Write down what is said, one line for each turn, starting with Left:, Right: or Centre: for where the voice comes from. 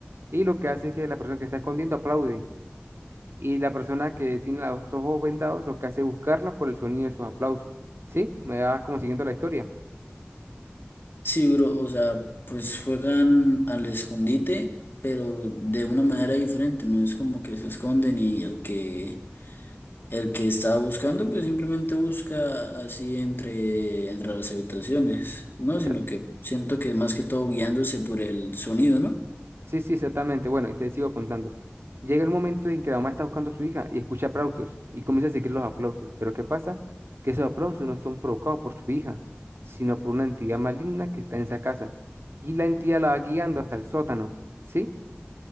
Right: y lo que hace es que la persona que está escondiendo aplaude y la persona que tiene la- los ojos vendados lo que hace es buscarla por el sonido de sus aplausos. ¿Sí? Me va como siguiendo la historia.
Left: Sí, bro, o sea, pues juegan al escondite, pero de una manera diferente, no es como que se esconden y el que El que está buscando, pues simplemente busca así entre, entre las habitaciones, ¿no?
Right: Exact-
Left: Sino que siento que más que todo guiándose por el sonido, ¿no?
Right: sí, sí, exactamente. Bueno, y te sigo contando. Llega el momento en que la mamá está buscando a su hija y escucha aplausos y comienza a seguir los aplausos. Pero ¿qué pasa? Que esos aplausos no son provocados por su hija, sino por una entidad maligna que está en esa casa. Y la entidad la va guiando hasta el sótano, ¿sí?